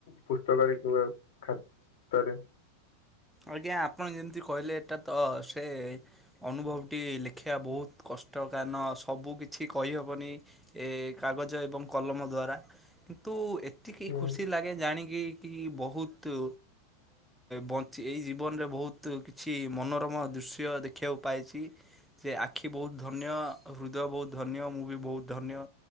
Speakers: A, on the left (about 55°); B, in the centre.
A: ପୁସ୍ତକରେ କିମ୍ୱା ଖାତାରେ?
B: ଆଜ୍ଞା ଆପଣ ଯେମିତି କହିଲେ, ଏଟା ତ ସେ ଅନୁଭବ ଟି ଲେଖିବା ବହୁତ କଷ୍ କଷ୍ଟ କାରଣ ସବୁ କିଛି କହିହବନି ଏ କାଗଜ ଏବଂ କଲମ ଦ୍ଵାରା। କିନ୍ତୁ ଏତିକି
A: ହୁଁ
B: ଖୁସି ଲାଗେ ଜାଣିକି କି, ବହୁତ ବ ଞ୍ଚି ଏଇ ଜୀବନରେ ବହୁତ କିଛି ମନୋରମ ଦୃଶ୍ୟ ଦେଖିବାକୁ ପାଇଛି। ସେ ଆଖି ବହୁତ ଧନ୍ୟ, ହୃଦୟ ବହୁତ ଧନ୍ୟ, ମୁଁ ବି ବହୁତ ଧନ୍ୟ।